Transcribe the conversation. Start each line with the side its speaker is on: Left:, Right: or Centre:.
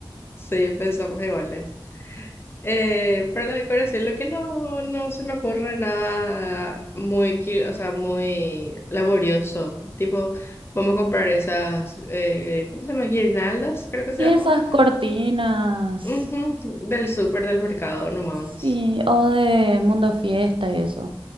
Left: Sí, pensamos iguales. Eh, para la decoración, lo que no, no se me ocurre nada muy, qui- o sea, muy laborioso. Tipo, vamos a comprar esas, eh, ¿cómo se llama? Guirnaldas, creo que se
Right: Y
Left: llama.
Right: esas cortinas.
Left: Ujú, Del súper del mercado nomás.
Right: Sí, o de Mundo Fiesta y eso.